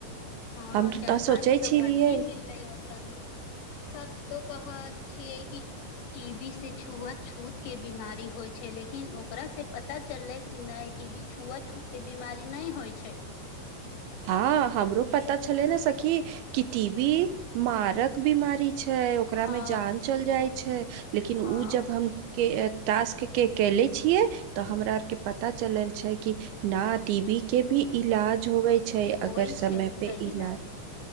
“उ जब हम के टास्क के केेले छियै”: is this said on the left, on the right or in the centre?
Right